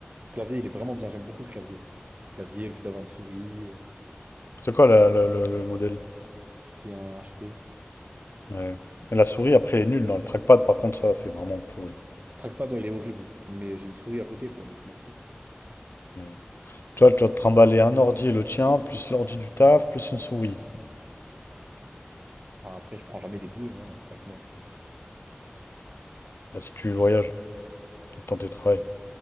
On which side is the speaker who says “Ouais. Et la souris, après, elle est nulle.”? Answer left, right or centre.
Left